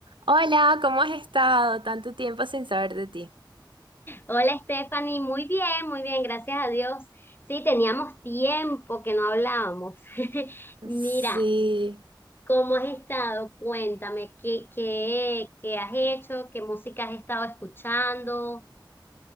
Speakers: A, on the right; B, on the left.
A: Hola, ¿cómo has estado? Tanto tiempo sin saber de ti.
B: Hola Stephanie, muy bien, muy bien, gracias a Dios. Sí, teníamos tiempo que no hablábamos. <laughs> Mira,
A: Sí,
B: ¿cómo has estado? Cuéntame, ¿qué, qué, qué has hecho? ¿Qué música has estado escuchando?